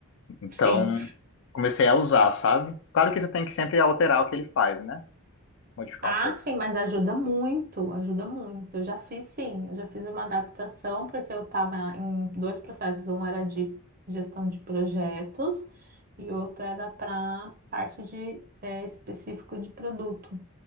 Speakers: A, on the left; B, on the right.
A: Então,
B: sim.
A: comecei a usar, sabe? Claro que tu tem que sempre alterar o que ele faz, né? Modificar
B: Ah,
A: um pouco.
B: sim, mas ajuda muito, ajuda muito. Eu já fiz, sim, eu já fiz uma adaptação, porque eu estava em dois processos. Um era de gestão de projetos e outro era para parte de eh, específico de produto.